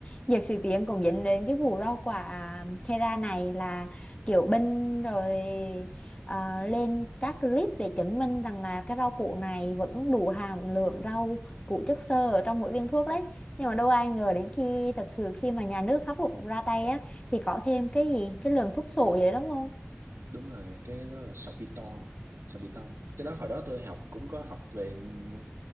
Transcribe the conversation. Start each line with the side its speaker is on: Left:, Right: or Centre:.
Left: dược sĩ tiếng cũng dẫn đến cái vụ rau quả Kera này là kiểu binh rồi ờ, lên các clip để chứng minh rằng là cái rau củ này vẫn đủ hàm lượng rau củ chất xơ ở trong mỗi viên thuốc đấy nhưng mà đâu ai ngờ đến khi thật sự khi mà nhà nước pháp luật cũng ra tay á thì có thêm cái gì cái lượng thuốc sổ vậy đúng không
Right: đúng rồi cái đó là sorbitol sorbitol cái đó hồi đó tôi học cũng có học về m-